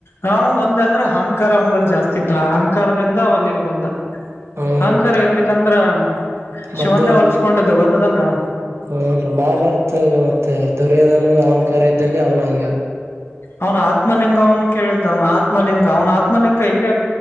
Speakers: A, on the left; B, on the right.
A: ನಾನೊಂದ್ ಒಂದೇ ಅಂದ್ರೆ ಅಹಂಕಾರ ಒಂಬಲ್ ಜಾಸ್ತಿ ಇತ್ತು ಅಹಂಕಾರದಿಂದ ಅಲ್ಲಿಗೆ ಬಂದ.
B: ಹಾ
A: ಅಂಕಾರ
B: ರೀ
A: ಇರ್ಲಿಕ್ಕಂದ್ರ
B: ಮದ್ದ
A: ಶಿವನ್ನೇ ಹೊಲ್ಸ್ಕೊಂಡಿದ್ದವ ಇದಂಟಾ. <inaudible>
B: <unintelligible> ಮಹಾಭಾರತ ಮತ್ತೆ ದುರ್ಯೋಧನ ಅಹಂಕಾರ ಇದ್ದಲ್ಲಿ ಅವನಂಗ
A: ಅವನ ಆತ್ಮಲಿಂಗವನ್ನು ಕೇಳಿದ್ದ ಅವನ ಆತ್ ಆತ್ಮಲಿಂಗ ಅವ್ ಆತ್ಲಿಂಗ ಇ ಇಲ್ಲ